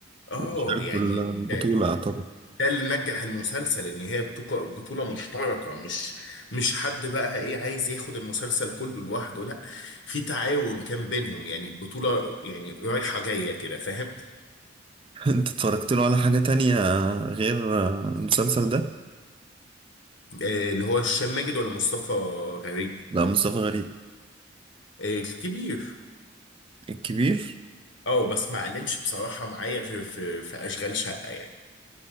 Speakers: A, on the left; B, on the right.
A: اه
B: يشاركه
A: يعني
B: البطولة
A: ده
B: طبعا
A: ده اللي نجح المسلسل ان هي بتوك- بطولة مشتركة مش مش حد بقى ايه عايز ياخد المسلسل كله لوحده لا في تعاون كان بينهم يعني البطولة يعني رايحة جاية كده فاهم
B: <laughs> انت اتفرجت له على حاجة تانية غير المسلسل ده؟
A: آه، اللي هو هشام ماجد ولا مصطفى غريب
B: لا مصطفى غريب
A: آه، الكبير
B: الكبير
A: اه بس ما علمش بصراحة معايا غير في في أشغال شقة يعني